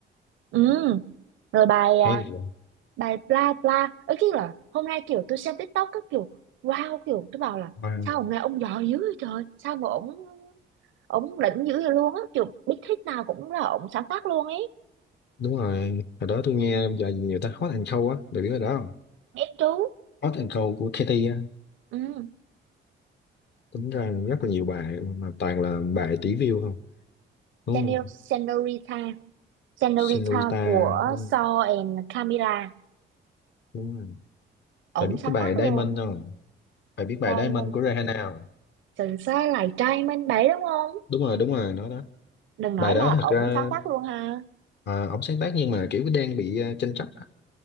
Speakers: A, on the right; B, on the left.
A: Ừ. Rồi bài
B: hay
A: à,
B: vậy.
A: bài bla bla. Ấy cái là hôm nay kiểu tôi xem TikTok các kiểu wow kiểu tôi bảo là
B: Và
A: sao ông này ông giỏi dữ vậy trời, sao mà ổng ổng đỉnh dữ vậy luôn á, kiểu big hit nào cũng là ổng sáng tác luôn ấy.
B: đúng rồi hồi đó tôi nghe giờ nhiều ta Hot and Cold á được biết cái đó không
A: Biết chú.
B: Hot and Cold của Katy á
A: Ừ.
B: tính ra rất là nhiều bài mà toàn là bài tỷ view không đúng
A: Senor,
B: không
A: Senorita, Senorita
B: Senorita
A: của
B: đúng
A: Saw
B: không?
A: and Camila.
B: đúng rồi
A: Ổng
B: phải biết
A: sáng
B: cái bài
A: tác luôn.
B: Diamond không phải biết bài
A: Trai
B: Diamond
A: mình,
B: của Rihanna không
A: sần xa lại trai mình đấy đúng không?
B: đúng rồi đúng rồi nó đó
A: đừng nói
B: bài đó
A: là
B: thật
A: ổng
B: ra
A: sáng tác luôn ha
B: à, ổng sáng tác nhưng mà kiểu đang bị à, tranh chấp á.